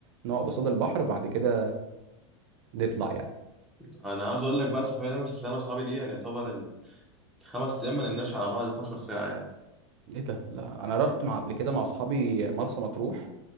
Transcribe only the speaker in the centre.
<laughs> انا عاوز اقول لك بقى السفريه اللي انا سافرتها انا واصحابي دي يعني يعتبر الخمس ايام ما نمناش على بعض 12 ساعه يعني